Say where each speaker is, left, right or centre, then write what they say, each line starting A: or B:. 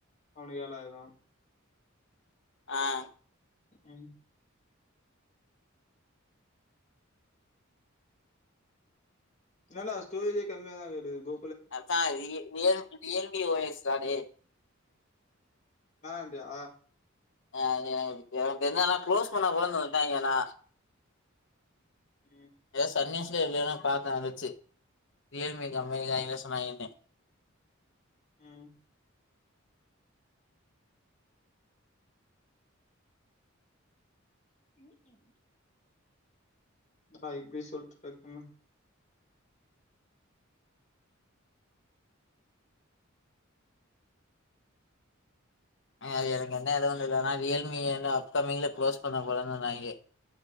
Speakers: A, on the left; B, on the left.
A: அவனுக் ஏழாயிரோ
B: ஆ
A: அன் என்னனா ஸ்டோரேஜே கம்மியாதா இருக்குது கூ
B: மச்சா ரி real Realme O S card
A: வேணான்ட்டியா
B: ஆ அது எனக்கு ப்ப என்னனா குளோஸ் பண்ணப்போறனு சொல்ட்டாங்கன்னா
A: ம்
B: எதோ சன் நியூஸ்லையோ எதுலயோ நா பாத்தே வந்துச்சு ரியல்மி கம்பெனி காரங்க என்ன சொன்னாங்கென்னு
A: ம் ம் ம் என்னணா இப்டி சொல்லிட்டே டக்குனு
B: அது எனக்கு என்ன ஏதுன்னுலா தெர்ல ஆனா ரியல்மி அந்த அப்கம்மிங்ல கு்ளோஸ் பண்ண போறேன் சொன்னாய்ங்கே